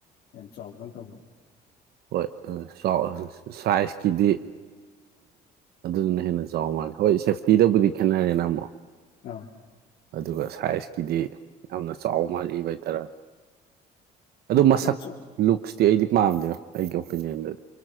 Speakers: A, on the left; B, on the right.
A: ꯍꯩꯅ ꯆꯥꯎꯕ꯭ꯔꯪ ꯇꯧꯕꯅꯤ
B: ꯍꯣꯏ <unintelligible> ꯁꯥꯏꯖꯀꯤꯗꯤ ꯑꯗꯨꯗꯨꯅ ꯍꯦꯟꯅ ꯆꯥꯎ ꯃꯥꯜꯂꯦ ꯍꯣꯏ ꯁꯦꯐꯇꯤꯗꯕꯨꯗꯤ ꯈꯦꯠꯅꯔꯦꯅ ꯑꯃꯨꯛ
A: ꯑꯥ
B: ꯑꯗꯨꯒ ꯁꯥꯏꯖꯀꯤꯗꯤ ꯌꯥꯝꯅ ꯆꯥꯎ ꯃꯥꯜꯂꯤꯕ ꯍꯥꯏꯇꯥꯔꯦ ꯑꯗꯨ ꯃꯁꯛ
A: ꯌꯥꯝ ꯆꯥꯎ
B: ꯂꯨꯛꯁꯇꯤ ꯑꯩꯗꯤ ꯄꯥꯝꯗꯦꯅ ꯑꯩꯒꯤ ꯑꯣꯄꯤꯅꯤꯌꯟꯗꯗꯤ